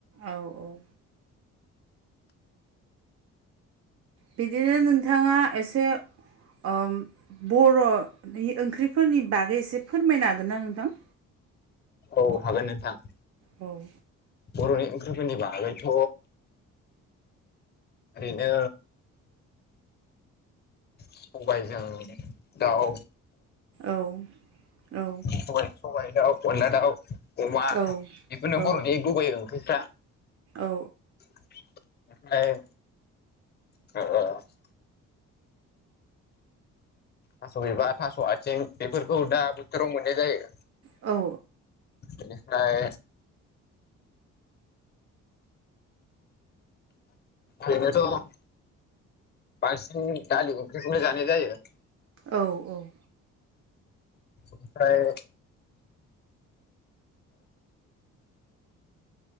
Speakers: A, on the right (about 50°); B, on the left (about 35°).
A: औ औ बिदिनो नोंथाङा एसे ओ बर'नि ओंख्रिफोरनि बागै एसे फोरमायनो हागोन ना नोंथां?
B: औ हागोन नोंथां।
A: औ।
B: बर'नि ओंख्रिफोरनि बागैथ' बिनो सबायजों दाउ
A: औ औ
B: <unintelligible> सबायाइ दाउ अनला दाउ अमा
A: औ
B: बेखौनो
A: औ
B: बर'नि गुबै ओंख्रिफ्रा आमफ्राय
A: औ
B: ओ थास' बिबार थास' आथिं बेफोरखौ दा बोथोराव मोननाय जायो।
A: औ
B: बेनिफ्राय ओरैनोथ' बांसिन दालि ओंख्रिखौनो जानाय जायो।
A: औ औ।
B: आमफ्राय